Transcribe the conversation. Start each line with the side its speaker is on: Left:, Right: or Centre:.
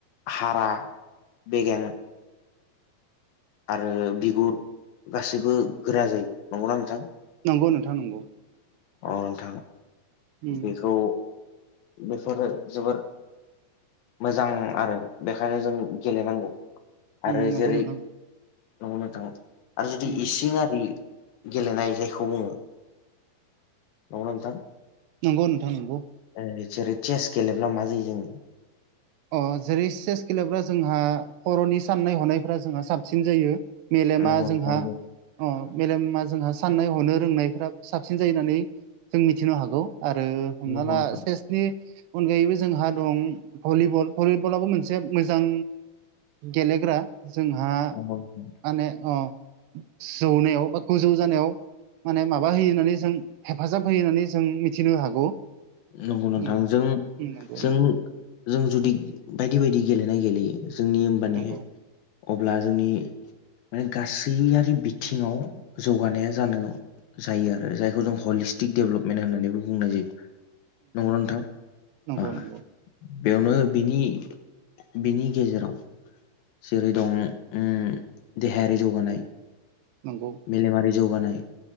Left: हारा बेगें आरो बिगुर गासिबो गोरा जायो नंगौना नोंथां?
Right: नंगौ नोंथां नंगौ।
Left: अ नोंथां
Right: उम
Left: बेखौ बेफोरो जोबोर मोजां आरो बेखायनो जों गेलेनांगौ
Right: उम
Left: आरो
Right: नंगौ
Left: जेरै
Right: नोंथां
Left: नंगौ नोथां आरो जुदि
Right: उम
Left: इसिं आरि गेलेनाय जायखौ बुंङो नंगौना नोंथां?
Right: नंगौ नोंथां नंगौ।
Left: ओ जेरै चेस गेलेब्ला मा जायो जोंङो
Right: अ जेरै चेस गेलेब्ला जोंहा खर'नि साननाय हनायफ्रा जोंहा साबसिन जायो। मेलेमा
Left: नंगौ
Right: जोंहा
Left: नंगौ नोंथां
Right: अ मेलेमा जोंहा साननाय हनो रोंनायफ्रा साबसिन जायो होननानै जों मिथिनो हागौ आरो हमना
Left: नंगौ नंगौ
Right: ला
Left: नोंथां
Right: सेसनि अनगायैबो जोंहा दं भलिबल भलिबलाबो मोनसे मोजां गेलेग्रा जोंहा
Left: नंगौ नोंथां
Right: माने अ जौनायाव बा गोजौ जानायाव माने माबा होयो होननानै जों हेफाजाब होयो होननानै जों मिथिनो हागौ।
Left: नंगौ नोंथां
Right: उम
Left: जों
Right: उम नंगौ
Left: जों
Right: नंगौ
Left: जों जुदि बायदि बायदि गेलेनाय गेलेयो। जोंनि होमबाने
Right: नंगौ
Left: अब्ला जोंनि माने गासैयारि बिथिङाव जौगानाया जानो जायो आरो जायखौ जों हलिस्टिक दडेभेलपमेन्ट होननानैबो बुंनाय जायो। नंगौ ना नोंथां
Right: नंगौ
Left: ओ
Right: नंगौ
Left: बेयावनो बिनि बिनि गेजेराव जेरै दं उम देहायारि जौगानाय
Right: नंगौ
Left: मेलेमारि जौगानाय